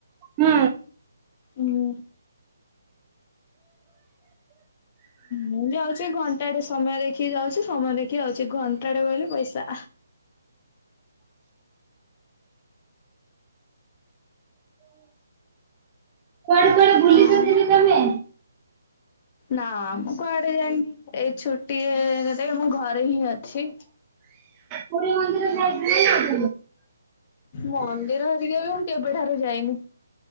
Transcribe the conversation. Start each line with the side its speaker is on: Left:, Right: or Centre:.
Right: ହୁଁ।
Left: ହୁଁ। ମୁଁ ଯାଉଛି ଘଣ୍ଟାଟେ ସମୟ ଦେଖିକି ଯାଉଛି ସମୟ ଦେଖିକି ଆଉଛି ଘଣ୍ଟାଟେ ବଇଲେ ପଇସା।
Right: <inaudible> କୁଆଡେ କୁଆଡେ ବୁଲିଚ
Left: ହଁ
Right: ଦିଦି ତମେ?
Left: ନା ମ କୁଆଡେ ଯାଇନ ଏଇ ଛୁଟିଏ ଏ ମୁଁ ଘରେ ହିଁ ଅଛି।
Right: ମୋର ମନ୍ଦିର ଯାବନି ଆଉ।
Left: ମନ୍ଦିର ହେରିକାବି ମୁଁ କେବେଠାରୁ ଯାଇନି।